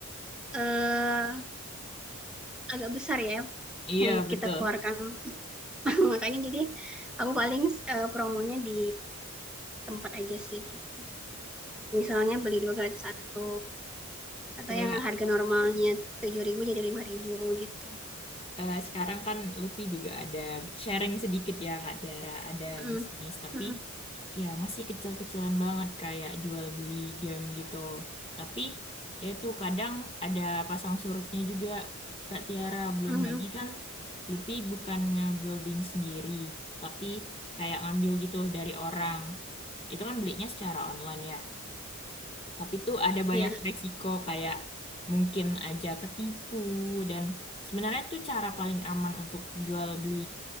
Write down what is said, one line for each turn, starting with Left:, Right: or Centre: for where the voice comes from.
Centre: eh agak besar ya
Left: Iya,
Centre: yang
Left: betul.
Centre: kita keluarkan. <laughs> Makanya jadi aku paling eh, promonya di tempat aja sih gitu. Misalnya beli dua gratis satu atau
Left: Kayak
Centre: yang harga normalnya 7.000 jadi 5.000 gitu.
Left: eh, sekarang kan Lutfi juga ada sharing sedikit ya Kak Tiara, ada
Centre: Mm,
Left: bisnis, tapi
Centre: mm,
Left: ya masih kecil-kecilan banget kayak jual beli game gitu. Tapi ya itu kadang ada pasang surutnya juga Kak Tiara, belum
Centre: mm, mm.
Left: lagi kan Lutfi bukan nge-building sendiri, tapi kayak ngambil gitu dari orang. Itu kan belinya secara online ya. Tapi tuh ada banyak
Centre: Iya.
Left: resiko kayak mungkin aja ketipu dan sebenarnya tuh cara paling aman untuk jual beli